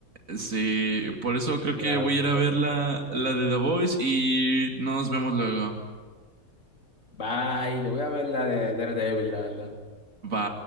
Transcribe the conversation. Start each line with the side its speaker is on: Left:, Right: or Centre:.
Right: Sí, por eso creo
Left: Clave,
Right: que voy a ir
Left: totalmente.
Right: a ver la, la de The Voice y nos vemos luego.
Left: Bye, yo voy a ver la de Daredevil, la verdad.
Right: Va.